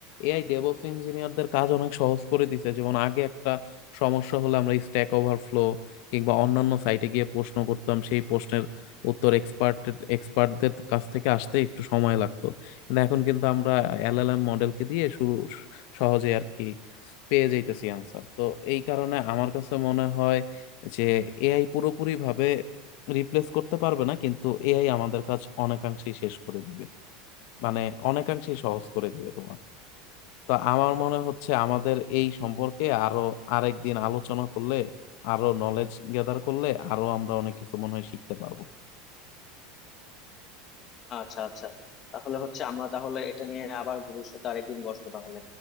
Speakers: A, on the left (about 50°); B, on the left (about 25°).
A: এআই ডেভঅপস ইঞ্জিনিয়ারদের কাজ অনেক সহজ করে দিছে যেমন আগে একটা সমস্যা হলে আমরা স্ট্যাক ওভারফ্লো কিংবা অন্যান্য সাইটে গিয়ে প্রশ্ন করতাম সেই প্রশ্নের উত্তর এক্সপার্ট এক্সপার্টদের কাছ থেকে আসতে একটু সময় লাগতো কিন্তু এখন কিন্তু আমরা এলএলএম মডেলকে দিয়ে শুরু সহজে আর কি পেয়ে যাইতেছি আনসার তো এই কারণে আমার কাছে মনে হয় যে এআই পুরোপুরিভাবে রিপ্লেস করতে পারবে না কিন্তু এআই আমাদের কাজ অনেকাংশেই শেষ করে দিবে মানে অনেকাংশেই সহজ করে দিবে তোমার তো আমার মনে হচ্ছে আমাদের এই সম্পর্কে আরো আরেকদিন আলোচনা করলে আরো নলেজ গ্যাদার করলে আরো আমরা অনেক কিছু মনে হয় শিখতে পারবো
B: আচ্ছা আচ্ছা তাহলে হচ্ছে আমরা তাহলে এটা নিয়ে আবার ভবিষ্যতে আরেকদিন বসবো তাহলে